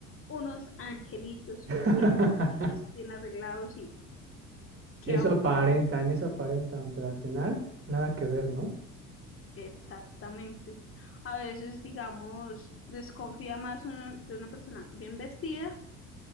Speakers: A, on the left; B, on the right.
A: unos angelitos,
B: <laughs>
A: bien vestidos, bien arreglados y que
B: Eso
A: a uno
B: aparentan,
A: ahí,
B: eso aparentan, pero al final nada que ver, ¿no?
A: exactamente. A veces, digamos, desconfía más uno de una persona bien vestida